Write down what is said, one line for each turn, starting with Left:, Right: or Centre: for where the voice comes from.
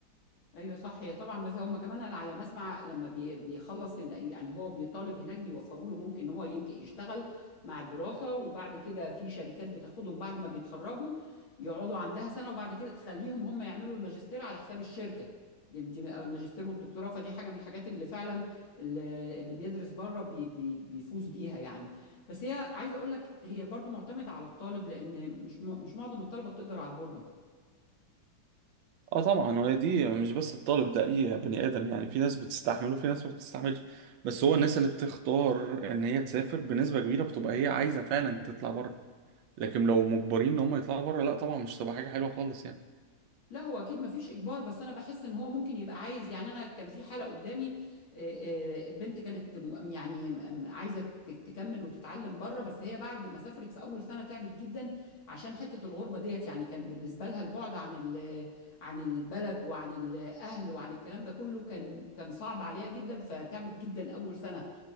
Left: ايوه صح هي طبعا بس هم كمان انا على ما اسمع لما بي- بيخلص هنا- يعني هو بيطالب هناك بيوفروا له ممكن ان هو ينك- يشتغل مع الدراسه وبعد كده في شركات بتاخدهم بعد ما بيتخرجوا يقعدوا عندها سنه وبعد كده تخليهم هم يعملوا الماجستير على حساب الشركه دي دي- او الماجستير والدكتوراه فدي حاجه من الحاجات اللي فعلا اللي اللي بيدرس بره بي بي بيفوز بيها يعني بس هي عايزه اقول لك هي برضو معتمده على الطالب لان مش م- مش معظم الطلبه بتقدر على الغربه
Right: اه طبعا هو دي مش بس الطالب ده اي بني ادم يعني في ناس بتستحمله في ناس ما بتستحملش بس هو الناس اللي بتختار ان هي تسافر بنسبه كبيره بتبقى هي عايزه فعلا تطلع بره لكن لو مجبرين ان هم يطلعوا بره لا طبعا مش تبقى حاجه حلوه خالص يعني
Left: لا هو اكيد مفيش اجبار بس انا بحس ان هو ممكن يبقى عايز يعني انا كان في حالة قدامي آه، آه، البنت كانت م- يعني م- عايزة ت- تكمل وتتعلم بره بس هي بعد ما سافرت في اول سنة تعبت جدا عشان حتة الغربة ديت يعني كان بالنسبة لها البعد عن ال- عن البلد وعن الاهل وعن الكلام ده كله كان كان صعب عليها جدا فتعبت جدا اول سنة